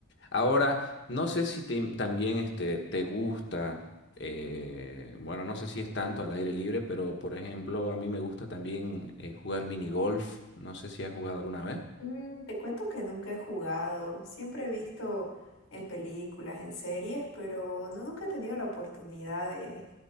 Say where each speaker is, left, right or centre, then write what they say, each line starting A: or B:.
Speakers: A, on the left; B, on the left.
A: Ahora, no sé si te- también este, te gusta, eh, bueno, no sé si es tanto al aire libre, pero por ejemplo, a mí me gusta también eh, jugar mini golf. No sé si has jugado alguna vez.
B: Mm, te cuento que nunca he jugado, siempre he visto en películas, en series, pero no, nunca he tenido la oportunidad de,